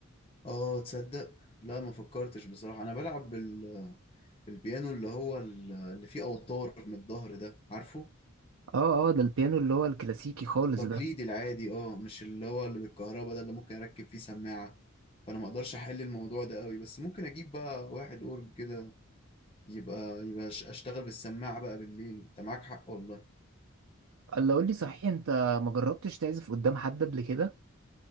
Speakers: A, on the left; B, on the right.
A: اه تصدق لا ما فكرتش بصراحة انا بلعب بال... بالبيانو اللي هو ال- اللي فيه اوتار من الظهر ده عارفه
B: اه اه ده البيانو اللي هو الكلاسيكي خالص
A: التقليدي
B: ده
A: العادي اه مش اللي هو اللي بالكهرباء ده اللي ممكن اركب فيه سماعة فانا ما اقدرش احل الموضوع ده قوي بس ممكن اجيب بقى واحد اورج كده يبقى يبقى أش- اشتغل بالسماعة بقى بالليل انت معاك حق والله
B: قال له قول لي صحيح انت ما جربتش تعزف قدام حد قبل كده